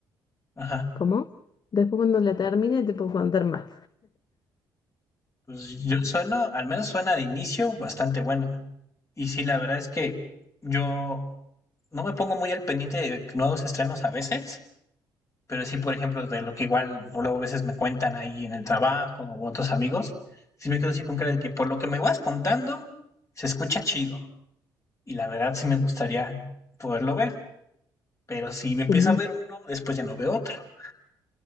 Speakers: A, on the left (about 30°); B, on the left (about 45°).
A: Ajá.
B: ¿Cómo? Después cuando la termine te puedo contar más.
A: Pues yo sueno al menos suena de inicio bastante buena. Y sí, la verdad es que yo no me pongo muy al pendiente de nuevos estrenos a veces. pero sí, por ejemplo, de lo que igual luego a veces me cuentan ahí en el trabajo o otros amigos, sí me quedo así con cara de que por lo que me vas contando, se escucha chido. Y la verdad sí me gustaría poderlo ver, pero si me empiezo
B: Sí.
A: a ver uno, después ya no veo otro.